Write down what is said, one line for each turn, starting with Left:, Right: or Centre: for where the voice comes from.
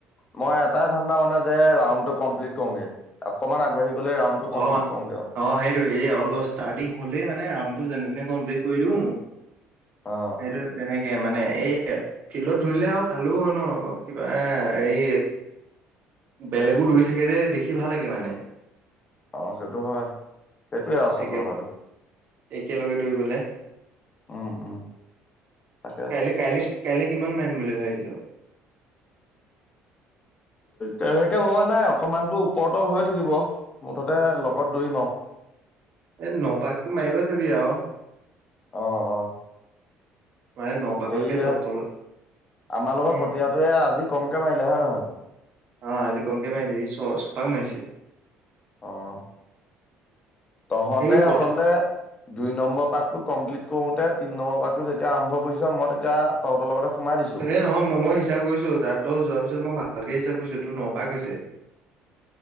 Left: মই এটাই ধান্দা মানে যে, ৰাউণ্ডটো কমপ্লিট কৰোগে, অকনমান আগবাঢ়ি গ'লে ৰাউণ্ডটো কমপ্লিট
Right: অ',
Left: কৰোগে আৰু
Right: অ', সেইটোৱে এই অলপ ষ্টাৰ্টিং হ'লেই মানে ৰাউণ্ড টো যেনে তেনে কমপ্লিট কৰি দিওঁ।
Left: অ
Right: সেইটো তেনে তে মানে এই ফিল্ডত দৌৰিলে আৰু ভালো হয় ন অলপ কিবা এ এই বেলেগো দৌৰি থাকে যে দেখি ভাল লাগে মানে।
Left: অহ, সেইটো হয় সেইটোয়ে।
Right: একে একেলগে দৌৰিবলৈ
Left: উম উম তাকে
Right: কাইলৈ কাইলৈ কাইলে কিমান মাৰিম বুলি ভাবিছো।
Left: কেনেকে ভবা নাই অকমানতো ওপৰতল হৈ থাকিব মুঠতে লগত দৌৰিম আ।
Right: এ নপাকতো মাৰিব চাবি আৰু।
Left: অ-অ।
Right: মানে ন পাকতকে
Left: সেয়া
Right: তল তল
Left: আমাৰ লগৰ
Right: উম
Left: কটিয়টোয়ে আজি কমকে মাৰিলে হয়ে নহয়।
Right: অ, আজি কমকে মাৰিছে ছপাক মাইছে।
Left: অ', তহতে
Right: এই প্ৰথ
Left: আচলতে দুই নম্বৰ পাকটো কমপ্লিট কৰোতে তিনি নম্বৰ পাককটো যেতিয়া আৰম্ভ কৰিছো মই তেতিয়া তহতৰ লগতে সোমাই দিছো
Right: এ নহয় মই- মই হিচাপ কৰিছো তাতো যোৱাৰ পিছত মই ভালকে হিচাপ কৰিছো।